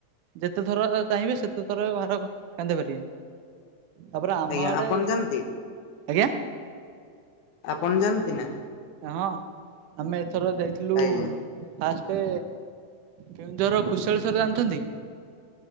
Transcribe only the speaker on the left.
ଆଜ୍ଞା
ଆପଣ ଯାଆନ୍ତି?
ଆପଣ ଯାଆନ୍ତି ନା?
ଆଜ୍ଞା।